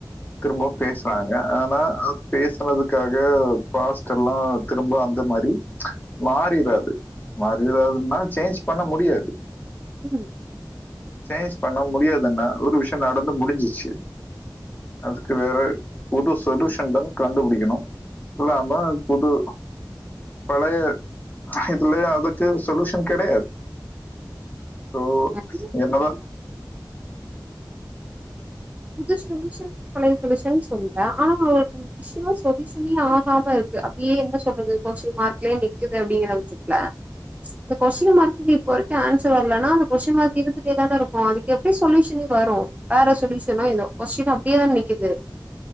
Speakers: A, on the left; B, on the right.
A: திரும்ப பேசுறாங்க ஆனா அத் பேசனதுக்காக பாஸ்ட் எல்லா திரும்ப அந் த மாரி மாறிறாது மாறிறாதுன்னா சேஞ்ச் பண்ண முடியாது
B: ம்
A: சேஞ்ச் பண்ண முடியாதுன்ன ஒரு விஷியோ நடந்து முடிஞ்சிச்சி அதுக்கு வேற புது சொல்யூஷன் தா கண்டுபுடிக்கனு இல்ல ஆமா போட்டு பழைய இதுலய அதுக்கு சொலுஷன் கெடையாது சோ
B: ம்.
A: என்னதா
B: புது சொலியூஷன் பழைய சொலியூஷன் சொல்ற ஆனா அவரு விஷ்யமா சொல்யூஷனே ஆகாம இருக்கு அப்டியே என்ன சொல்றது கொஸ்டின் மார்க்லேயே நிக்குது அப்டிங்கற அமச்சி ல இந்த கொஸ்டின் மார்க்குக்கு இப்ப வரைக்கு ஆன்சர் வரலனா அந்த கொஸ்டின் மார்க் இருந்துட்டே தான இருக்கு அதுக் எப்டி சொல்யூஷனே வரு வேற சொல்யூஷனோ ஏதோ கொஸ்டின் அப்டியே தான நிக்கிது